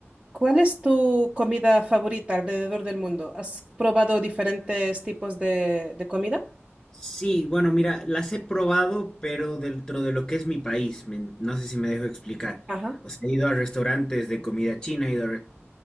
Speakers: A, on the right; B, on the left.
A: cuál es tu comida favorita alrededor del mundo? ¿Has probado diferentes tipos de, de comida?
B: Sí, bueno, mira, las he probado, pero dentro de lo que es mi país, me no sé si me dejo explicar.
A: Ajá.
B: O sea, he ido a restaurantes de comida china, he ido a re-